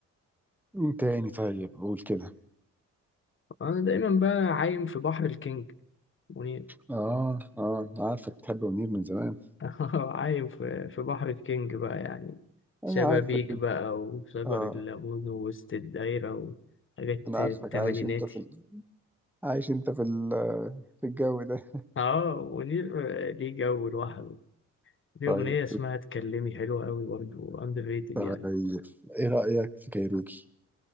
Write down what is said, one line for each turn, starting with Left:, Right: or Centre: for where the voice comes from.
Centre: مين تاني طيب قول كده
Left: أنا دايما بقى عايم في بحر الكينج منير
Centre: اه اه انا عارفك بتحب منير من زمان
Left: <laughs> آه، عايم في في بحر الكينج بقى يعني شبابيك
Centre: انا عارفك
Left: بقى وشجر
Centre: اه
Left: الليمون ووسط الدايرة وحاجات
Centre: انا
Left: التمانيناتي
Centre: عارفك عايش انت في ال... عايش انت في ال... في الجو ده
Left: اه منير آه، ليه جو لوحده ليه
Centre: طيب
Left: أغنية اسمها اتكلمي حلوة أوي برضه أندر ريتد
Centre: طيب
Left: يعني
Centre: ايه رأيك في كايروكي